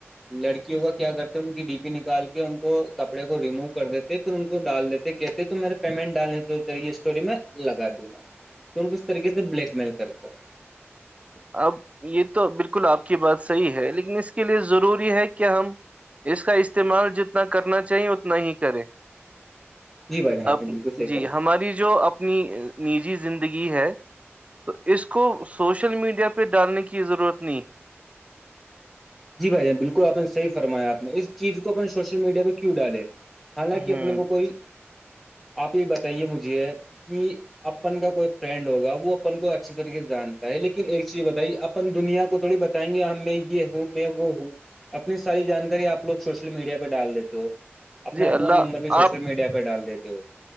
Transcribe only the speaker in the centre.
لڑکیوں کا کیا کرتے ان کی ڈی پی نکال کے ان کو کپڑے کو رموو کر دیتے پھر ان کو ڈال دیتے کہتے تو میرا پیمنٹ ڈالنے یہ اسٹوری میں لگا دوں گا تو ک اس طریق سے بلیک میل کرتے ہیں
جی بھائی جان آپ
نے بالکل صحیح
فرمایا
جی بھائی جان بالکل آ نے صحی فرایا آپ نے اس چیز کو اپنے سوشل میڈیا پہ کیوں ڈالے حالانکہ
اپنے
کو کوئی آپ یہ بتائیے مجھے کہ اپن کا کوئی فرینڈ ہوگا وہ اپن کو اچھی طریقے سے جانتا ہے لیکن ایک چیز بتائی اپ اپن دنیا کو تھوڑی بتائیں گے ہم میں یہ ہوں میں وہ ہوں اپنی ساری جانکاری آپ لوگ سوشل میڈیا پہ ڈال دیتے ہو اپنا
فون نمبر بھی سوشل
میڈیا پہ ڈال دیتے ہو